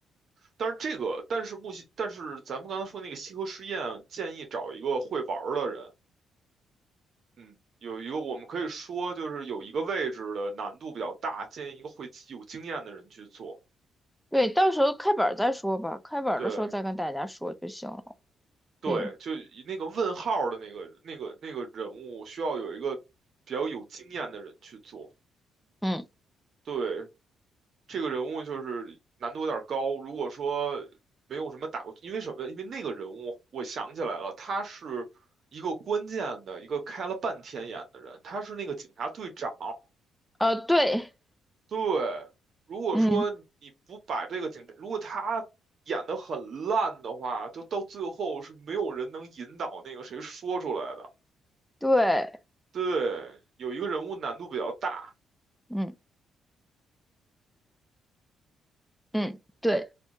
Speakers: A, on the right; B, in the centre.
A: 但是这个，但是目西，但是咱们刚才说那个西河实验，建议找一个会玩儿的人。嗯，有一个我们可以说就是有一个位置的难度比较大，建议一个会有经验的人去做。
B: 对，到时候开本儿再说吧，开本儿的时候再跟大家说就行了。
A: 对对，
B: 对，
A: 就以那个问号儿的那个那个那个人物，需要有一个比较有经验的人去做。
B: 嗯，
A: 对，这个人物就是难度有点儿高。如果说没有什么打过，因为什么？因为那个人物，我想起来了，他是一个关键的一个开了半天眼的人，他是那个警察队长。
B: 呃，对，
A: 对，如果说你不把这个警察，
B: 嗯，
A: 如果他演得很烂的话，就到最后是没有人能引导那个谁说出来的。
B: 对，
A: 对，有一个人物难度比较大，
B: 嗯嗯，对，